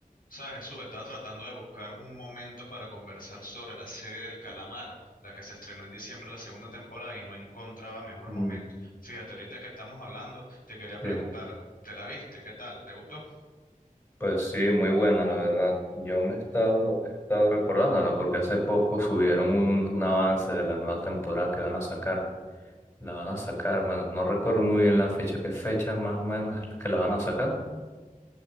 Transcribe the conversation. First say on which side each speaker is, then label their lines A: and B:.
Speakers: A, on the left (about 80°); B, on the left (about 20°).
A: Sabes, Jesús, estaba tratando de buscar un momento para conversar sobre la serie del calamar, la que se estrenó en diciembre la segunda temporada y no encontraba mejor
B: Mm,
A: momento. Fíjate, ahorita que estamos hablando, te quería preguntar,
B: Sí,
A: ¿te la viste? ¿Qué tal? ¿Te gustó?
B: pues sí, muy buena la verdad. Yo me he estado, he estado recordándola porque hace poco subieron un, un avance de la nueva temporada que van a sacar. La van a sacar, bueno, no recuerdo muy bien la fecha, qué fecha más o menos es que la van a sacar.